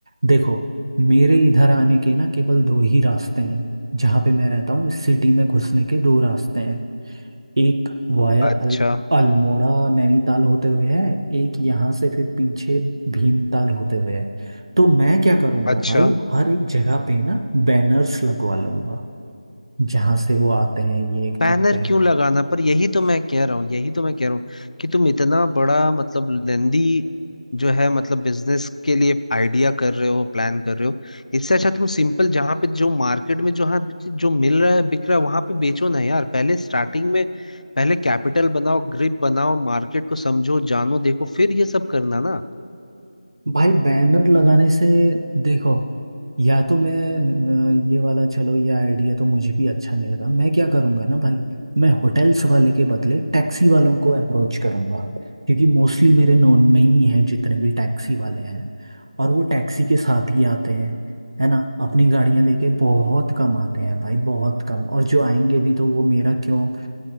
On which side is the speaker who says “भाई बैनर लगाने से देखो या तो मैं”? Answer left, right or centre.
Right